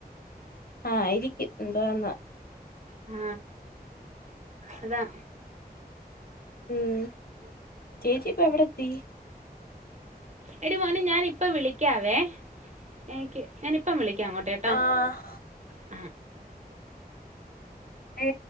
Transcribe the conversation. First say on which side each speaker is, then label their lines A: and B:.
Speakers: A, on the left; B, on the right.
A: ആഹ് ഇരിക്കും. എന്താവാന്നാ?
B: ആ. അതാ
A: ഉം. ചേച്ചി ഇപ്പൊ എവിടെ എത്തി?
B: എടി മോനെ ഞാനിപ്പോ വിളിക്കാവേ എനിക്ക് ഞൻ ഇപ്പം വിളിക്കാം അങ്ങോട്ടെ
A: ആഹ്
B: ട്ടോ.
A: ഏ